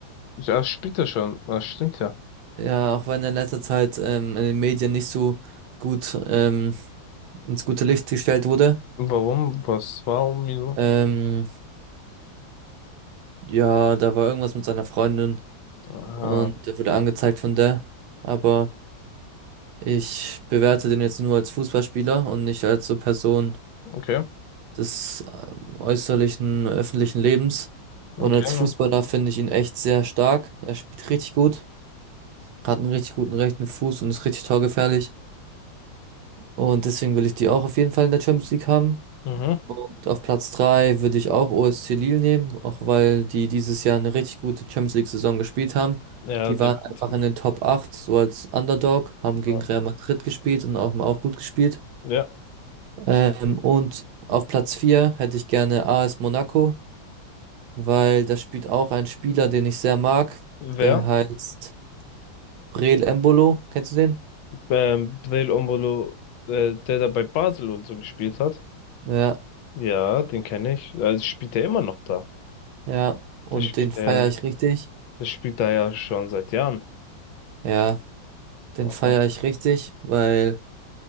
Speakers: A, on the left; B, on the right.
A: Ja, spielt er schon. Das stimmt ja.
B: Ja, auch wenn er in letzter Zeit ähm, in den Medien nicht so gut ähm, ins gute Licht gestellt wurde.
A: Warum? Was? Warum? Wieso?
B: Ähm, ja, da war irgendwas mit seiner Freundin
A: Ah,
B: und der wurde angezeigt von der. Aber ich bewerte den jetzt nur als Fußballspieler und nicht als so Person,
A: okay.
B: des äh, äußerlichen öffentlichen Lebens. Und
A: Okay.
B: als
A: ja.
B: Fußballer finde ich ihn echt sehr stark. Er spielt richtig gut, hat einen richtig guten rechten Fuß und ist richtig torgefährlich. Und deswegen will ich die auch auf jeden Fall in der Champions League haben.
A: Mhm.
B: Und auf Platz 3 würde ich auch OSC Lille nehmen, auch weil die dieses Jahr eine richtig gute Champions League-Saison gespielt haben.
A: Ja,
B: Die
A: definitiv.
B: waren einfach in den Top 8, so als Underdog, haben gegen
A: Ja.
B: Real Madrid gespielt und auch, auch gut gespielt.
A: Ja.
B: Ähm, und auf Platz 4 hätte ich gerne AS Monaco. weil da spielt auch ein Spieler, den ich sehr mag.
A: Wer?
B: Der Mhm. heißt Breel Embolo. Kennst du den?
A: Ähm, Breel Ombolo, äh, der da bei Basel und so gespielt hat.
B: Ja,
A: Ja, den kenne ich. Also spielt er immer noch da.
B: ja. Und
A: Der spielt
B: den feiere
A: er,
B: ich richtig.
A: der spielt da ja schon seit Jahren.
B: Ja, den
A: Aha.
B: feiere ich richtig, weil